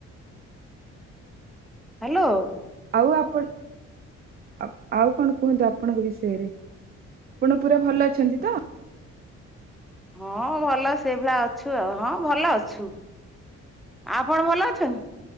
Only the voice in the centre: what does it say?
ହ୍ୟାଲୋ।
ହଁ ଭଲ ସେଇ ଭଳିଆ ଅଛୁ ଆଉ ହଁ ଭଲ ଅଛୁ। ଆପଣ ଭଲ ଅଛନ୍ତି?